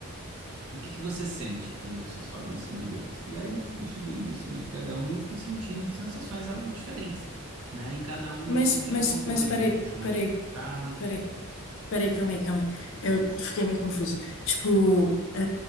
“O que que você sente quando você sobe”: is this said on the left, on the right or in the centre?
Right